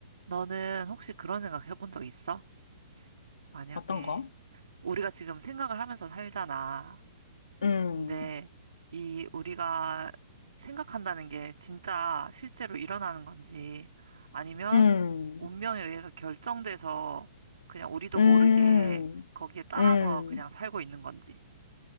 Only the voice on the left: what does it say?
어떤 거?
음,
음,
음,
음,